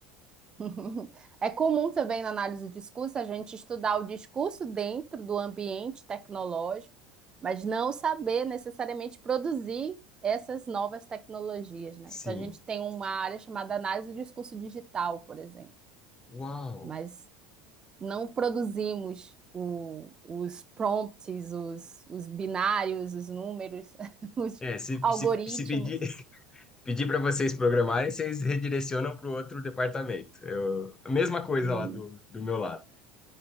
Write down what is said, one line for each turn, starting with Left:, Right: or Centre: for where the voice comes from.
Right: Uhum. É comum também na análise do discurso a gente estudar o discurso dentro do ambiente tecnológico, mas não saber necessariamente produzir essas novas tecnologias, né?
Left: Sim.
Right: Então a gente tem uma área chamada análise do discurso digital, por exemplo,
Left: Uau!
Right: mas não produzimos o- os prompts, os, os binários, os números, <laughs> os
Left: É, se,
Right: algoritmos.
Left: se, se pedir, <laughs> pedir para vocês programarem, vocês redirecionam para o outro departamento. Eu, a mesma coisa
Right: Sim.
Left: lá do, do meu lado.